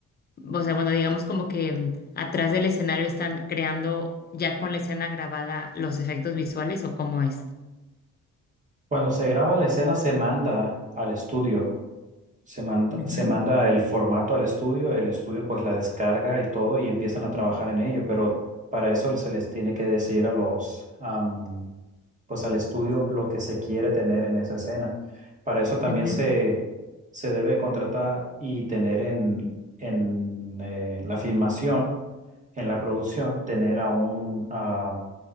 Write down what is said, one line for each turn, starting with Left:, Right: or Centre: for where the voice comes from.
Left: o sea, bueno, digamos como que mm, atrás del escenario están creando ya con la escena grabada los efectos visuales o cómo es.
Right: Cuando se graba la escena se manda al estudio, se manda,
Left: Ujú,
Right: se manda el formato al estudio, el estudio pues la descarga y todo y empiezan a trabajar en ello, pero para eso se les tiene que decir a los, am, pues al estudio lo que se quiere tener en esa escena. Para eso también
Left: ujú,
Right: se, se debe contratar y tener en, en eh, la filmación, en la producción, tener a un, ah,